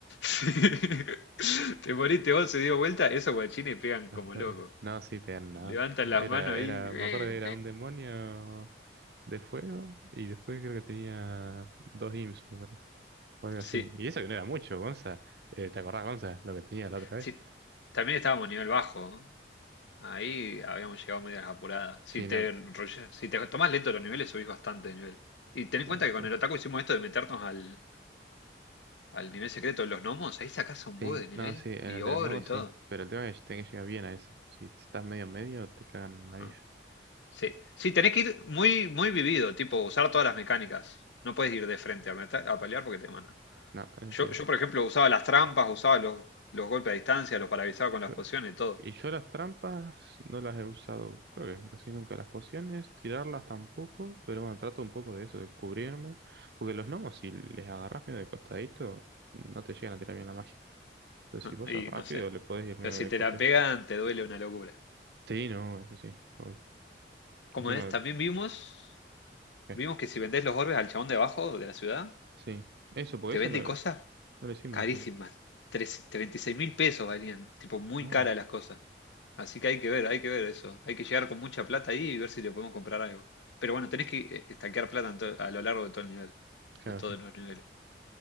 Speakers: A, on the left; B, on the right.
A: <laughs> Sí. Te moriste vos, se dio vuelta, esos guachines pegan
B: Hacer-
A: como locos.
B: No, sí, pero nada.
A: Levantan
B: Era,
A: las manos ahí.
B: era,
A: eh.
B: me acuerdo que era un demonio de fuego y después creo que tenía dos imps, me parece. O algo
A: Sí,
B: así. Y eso que no era mucho, Gonza. Eh, ¿te acordás, Gonza, lo que tenía la otra vez?
A: sí. También estábamos a nivel bajo, ¿no? Ahí habíamos llegado medio a las apuradas.
B: Sí,
A: Si te,
B: no,
A: rolle- si te tomás lento los niveles, subís bastante de nivel. Y ten en
B: por
A: cuenta
B: eso.
A: que con el Otaku hicimos esto de meternos al, al nivel secreto de los gnomos. Ahí sacás un
B: Sí,
A: huevo de nivel
B: no, sí, en
A: y
B: el
A: oro
B: de los nuevos
A: y todo.
B: sí. Pero el tema es que tenés que llegar bien a ese. Si estás medio en medio, te cagan
A: Ajá.
B: ahí.
A: Sí, sí, tenés que ir muy, muy vivido, tipo usar todas las mecánicas. No puedes ir de frente a, meta- a pelear porque te matan.
B: No, eso
A: Yo,
B: sí.
A: yo, por ejemplo, usaba las trampas, usaba los, los golpes a distancia, los paralizaba
B: Yo,
A: con las pociones y todo.
B: y yo las trampas no las he usado, creo que casi nunca. Las pociones, tirarlas tampoco, pero bueno, trato un poco de eso, de cubrirme. Porque los gnomos, si les agarras medio de costadito, no te llegan a tirar bien la magia.
A: <laughs>
B: Entonces, si vos
A: Y
B: sos rápido,
A: no sé.
B: le podés ir medio
A: Pero si
B: de
A: te
B: coste.
A: la pegan, te duele una locura.
B: Sí, no, eso sí, obvio.
A: Como
B: Encima,
A: es, también vimos.
B: eh,
A: Vimos que si vendés los orbes al chabón de abajo de la ciudad,
B: sí. Eso, porque
A: te
B: eso
A: vende
B: lo,
A: cosas
B: no lo hicimos
A: carísimas.
B: nosotros.
A: Tres- 36 mil pesos valían, tipo muy
B: No,
A: caras las cosas. Así que hay que ver, hay que ver eso. Hay que llegar con mucha plata ahí y ver si le podemos comprar algo. Pero bueno, tenés que eh, estaquear plata en to- a lo largo de todo el nivel.
B: claro,
A: De todos
B: sí.
A: los niveles.